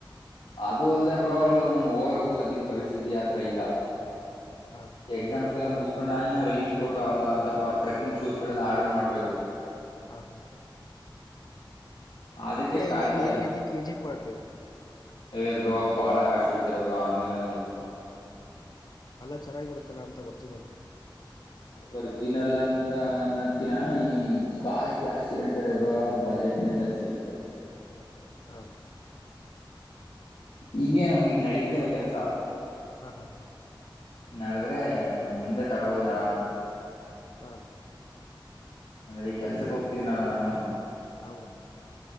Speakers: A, on the left; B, on the left.
A: ಅದು ಅಲ್ದೆ ಬ್ರೋ ಇವಾಗ ನಾನು ಹೋಗಕ್ಕು ಸ್ದಿ ಪರಿಸ್ಥಿತಿ ಆತರ ಇಲ್ಲ
B: ಹಾ
A: ಎಕ್ಸಾಮ್ ಸ ಎಲ್ಲ ಮುಗಸ್ಕೊಂಡ್ ನಾನಿನ ರೈನಿಕ್ಟ್ ಅವಲ್ಲಂದ ಸ್ವಲ್ಪ ಟ್ರೆಗ್ ಶೂಸ್ಗಳ ಆರ್ಡರ್ ಮಾಡ್ಬೇಕು
B: ಹ ಹಾ
A: ಅದಕ್ಕೆ ಕಾಯ್ತಾ
B: ಇಲ್ಲಾಂದಏರ್
A: ಇದ್ದೀನಿ
B: ಇದಿಕ್ ವಿಸಿಟ್ ಮಾಡ್ರಿ
A: ಏ ಬ್ರೋ ಬಾಳ ಕಾಶ್ ಹೇಳ್ತಾರ ಬ್ರೋ ಆನ್ಲೈನ್ ಅಲ್ಲಿ ನೋಡ್ಬೇಕು
B: ಅಲ್ಲಾ ಚೆನ್ನಾಗಿರುತ್ತಲ್ಲ ಅಂತ ಬರ್ತಿದ್ ಅದು
A: ಒರ್ಜಿನಲ್ ಅಂತ ಅನ್ನೋದ್ಕಿನ ಈ ಕಾಸ್ಟ್ ಜಾಸ್ತಿ ಹೇಳ್ತಾರೆ ಇ್ರ ಬಜೆಟ್ಗಿನ ಜಾಸ್ತಿ ಹೇಳ್ತಾರೆ
B: ಹಾ
A: ಹಿಂ ನಮ್ಗೆಗ್ ನಡತಿದಲ್ಲ ಕೆಲ್ಸ
B: ಹ್ಮ ಹಾ
A: ನಡದ್ರೆ ಮುಂದೆ ತಗೋಬುದು ಆರಾಮ್
B: ಹಾ
A: ಅಂದ್ರೆ ಈ ಕೆಲ್ಸಕ್ ಹೋಗ್ತಿದನಲ್ಲ ನಾನು
B: ಅವೌರ